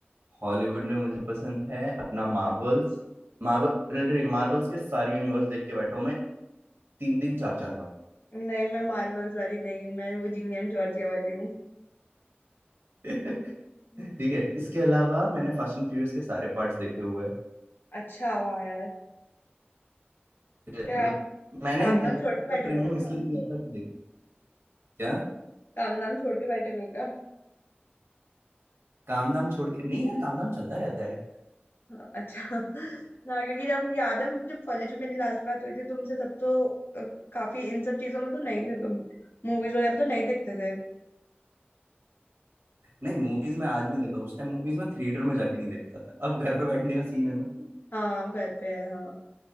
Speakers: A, on the right; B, on the left.
A: हॉलीवुड में मुझे पसंद है अपना मार्वल्स मार्वल रिलेटेड मार्वल्स के सारे यूनिवर्स देख के बैठा हूं मैं तीन तीन चार चार बार
B: नहीं मैं मार्वल्स वाली नहीं हूँ मैं वो जीनियन जॉर्जिया वाली हूँ
A: <laughs> ठीक
B: <laughs>
A: है इसके अलावा मैंने फास्ट एंड फ्यूरियस के सारे पार्ट्स देखे हुए हैं
B: अच्छा वाह यार
A: ठीक है,
B: क्या
A: मतलब मैंने
B: काम
A: नेटफ्लिक्स
B: नाम छोड़ के बैठे
A: का प्रीमियम
B: हुए हो क्या
A: इसलिए लिया था कि देखो क्या
B: काम नाम छोड़ के बैठे हुए हो क्या
A: काम धाम छोड़ के नहीं यार काम धाम चलता रहता है
B: हाँ, अच्छा ना क्योंकि जब याद है मुझे जब कॉलेज में मेरी लास्ट बात हुई थी तुमसे तब तो अ, काफी इन सब चीजों में तो नहीं थे तुम मूवीज वगैरह तो नहीं देखते थे
A: नहीं मूवीज में आज भी नहीं देखता उस टाइम मूवीज में थिएटर में जाके नहीं देखता था अब घर पे बैठने का सीन है ना
B: हाँ हम घर पे है हाँ